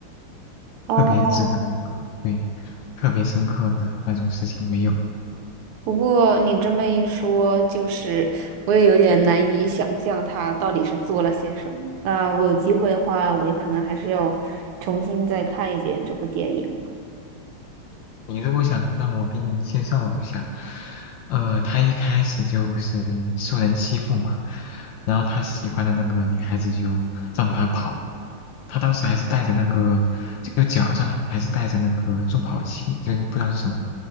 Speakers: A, on the right (about 80°); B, on the left (about 70°).
A: 哦，
B: 特别值得那个对特别深刻的那种事情没有。
A: 不过你这么一说，就是我也有点难以想象他到底是做了些什么。那我有机会的话，我也可能还是要重新再看一遍这部电影。
B: 你如果想让我给你介绍一下，呃，他一开始就是受人欺负嘛，然后他喜欢的那个女孩子就让他跑。他当时还是带着那个，就脚上还是带着那个助跑器，就是不知道是什么，